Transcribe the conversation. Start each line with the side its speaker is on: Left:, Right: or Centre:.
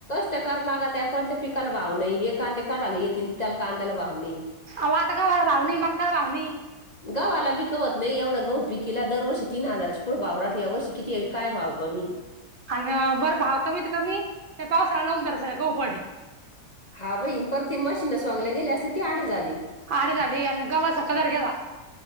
Left: ट करा लागत्या, कोणत्या पिकाला भाव नाही,, हे कांदे काढाला येतील त्याला कांद्याला भाव नाही.
Right: अओ आता गवा भाव णै मका ला भाव णै.
Left: गावाला बी कवत नाही एवढा गौ पीकीला दरवर्षी तीन हजाराच्या पुढं भाव रााते या वर्षी किती आहे काय भाव कमी
Right: आणि बरं भाव कमीत त कमी, ते पावसाळा लावून दर स का उपाट
Left: हा बही, परती मशीनच वाांगल्या गेल्या असत्या ती आडे झाली.
Right: आड झाली अन गवाचा कालर ग्येला.